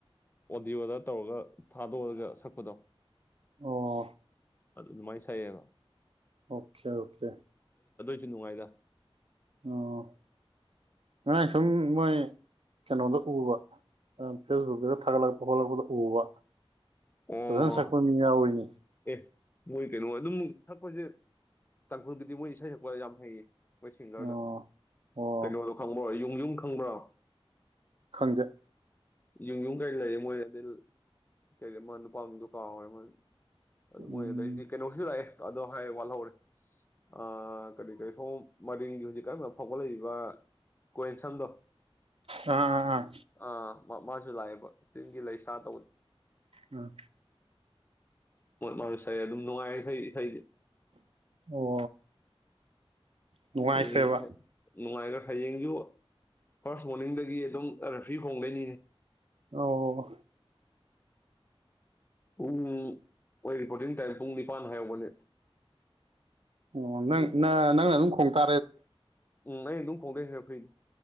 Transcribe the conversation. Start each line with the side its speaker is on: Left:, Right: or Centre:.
Left: ꯑꯣꯗꯤꯑꯣꯣꯗ ꯇꯧꯔꯒ ꯊꯥꯗꯣꯛꯑꯒ ꯁꯛꯄꯗꯣ
Right: ꯑꯣ
Left: ꯑꯗꯨ ꯑꯗꯨꯃꯥꯏꯅ ꯁꯛꯑꯕ
Right: ꯑꯣꯀꯦ ꯑꯣꯀꯦ
Left: ꯁꯤ ꯅꯨꯡꯉꯥꯏꯗ
Right: ꯑꯣ ꯉꯔꯥꯡ ꯁꯨꯝ ꯃꯣꯏ ꯀꯩꯅꯣꯗ ꯎꯕ ꯐꯦꯁꯕꯨꯛꯇꯒ ꯊꯥꯒꯠꯂꯛꯄ ꯈꯠꯂꯛꯄꯗ ꯎꯕ
Left: ꯑꯣ
Right: ꯐꯖꯅ ꯁꯛꯄ ꯃꯤ ꯌꯥꯎꯔꯤꯅꯤ
Left: ꯑꯦ ꯃꯣꯏ ꯀꯩꯅꯣ ꯑꯗꯨꯝ ꯁꯛꯄꯁꯦ ꯇꯥꯡꯈꯨꯜꯗꯗꯤ ꯃꯣꯏ ꯏꯁꯩ ꯁꯛꯄ ꯌꯥꯝ ꯍꯩꯌꯦ ꯃꯣꯏ ꯁꯤꯡꯒꯔꯗ
Right: ꯑꯣ ꯑꯣ
Left: ꯀꯩꯅꯣꯗꯣ ꯈꯪꯕ ꯑꯣꯏꯣꯏ ꯌꯨꯝ ꯌꯨꯝ ꯈꯪꯕ꯭ꯔꯥ
Right: ꯈꯪꯗꯦ
Left: ꯌꯨꯝ ꯌꯨꯝ ꯀꯩ ꯂꯩꯔꯦ ꯃꯣꯏ ꯑꯗꯨ ꯆ ꯃꯥꯅ ꯄꯥꯝ ꯗꯨꯀꯥꯦ ꯃꯥ ꯑꯗꯨ
Right: ꯎꯝ
Left: ꯃꯣꯏ ꯑꯗꯏꯅꯦ ꯀꯩꯅꯣꯁꯨ ꯂꯥꯛꯑꯦ ꯑꯗꯣ ꯍꯥꯏ ꯋꯥꯠꯍꯧꯔꯦ ꯑ ꯀꯔꯤ ꯀꯔꯤ ꯁꯣ ꯃꯔꯤꯒꯨ ꯍꯧꯖꯤ ꯀꯥꯏ ꯁꯛꯂꯦ ꯀ ꯀꯣꯏ ꯊꯪꯝꯕꯣ
Right: ꯑꯥ ꯑꯥ ꯑꯥ
Left: ꯑꯥ ꯃꯥꯁꯨ ꯂꯥꯛꯑꯦꯕ ꯆꯤꯡꯒꯤ ꯂꯩꯁꯥ ꯇꯧꯅꯤ
Right: ꯑ
Left: ꯃꯥꯁꯥꯏ ꯑꯗꯨꯝ ꯅꯨꯡꯉꯥꯏ ꯁ ꯁꯩꯗꯤ
Right: ꯎꯝ ꯑꯣ ꯅꯨꯡꯉꯥꯏꯈ꯭ꯔꯦꯕ
Left: ꯍꯌꯦꯡ ꯅꯨꯡꯉꯥꯏꯈ ꯍꯌꯦꯡꯁꯨ ꯐꯥꯔꯁ ꯃꯣꯔꯅꯤꯡꯗꯒꯤ ꯑꯗꯨꯝ ꯔꯦꯐ꯭ꯔꯤ ꯈꯣꯡꯗꯩꯅꯤꯅꯦ
Right: ꯑꯣ
Left: ꯄꯨꯡ ꯑꯩꯣꯏ ꯔꯤꯄꯣꯔꯇꯤꯡ ꯇꯥꯏꯝ ꯄꯨꯡ ꯅꯤꯄꯥꯟ ꯍꯥꯏꯍꯧꯕꯅꯦ
Right: ꯑꯣ ꯅꯪ
Left: ꯑꯗꯨ ꯊꯣꯛꯑꯒ
Right: ꯅꯪꯅ ꯑꯗꯨꯝ ꯈꯣꯡ <inaudible>
Left: ꯎꯝ ꯑꯩ ꯑꯗꯨꯝ ꯐꯣꯡꯗꯩꯁꯤꯦ ꯐꯨꯏꯅꯦ